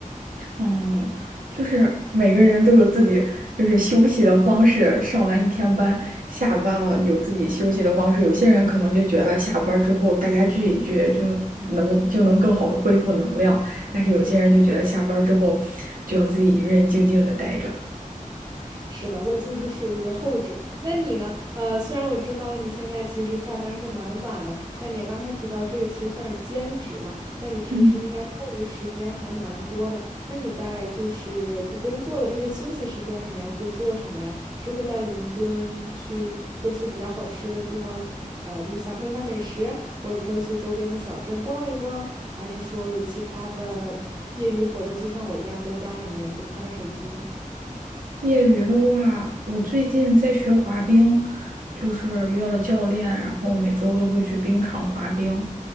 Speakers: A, on the right; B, on the right.
A: 嗯，就是每个人都有自己就是休息的方式，上完一天班，下班了有自己休息的方式。有些人可能就觉得下班之后大家聚一聚就能就能更好的恢复能量，但是有些人就觉得下班之后就要自己一个人静静的待着。
B: 是的，我就是属于后者。那你呢？呃，虽然我知道你现在其实下班是蛮晚的，但你也刚才提到这个其实算是兼职嘛，那你平时应该空余时间还蛮多的。
A: 嗯。
B: 那你在就是不工作的这些休息时间里面会做什么呀？是会在伦敦去各处比较好吃的地方，呃，就是享受一下美食，或者说去周边的小镇逛一逛，还是说有其他的业余活动，就像我一样在家里面就看看手机呢？
A: 业余的话，我最近在学滑冰，就是约了教练，然后每周都会去冰场滑冰，